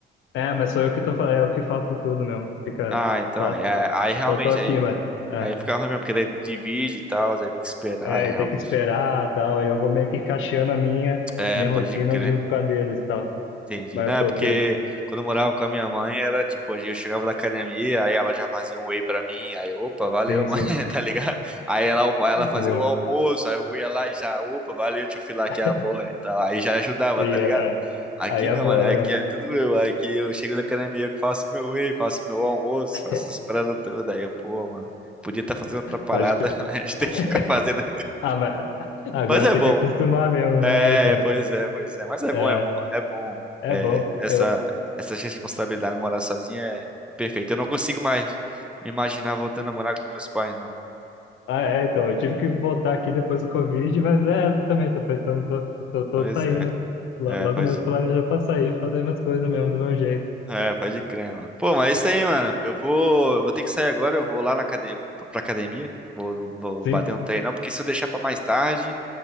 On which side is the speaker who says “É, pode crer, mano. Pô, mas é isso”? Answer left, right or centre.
Centre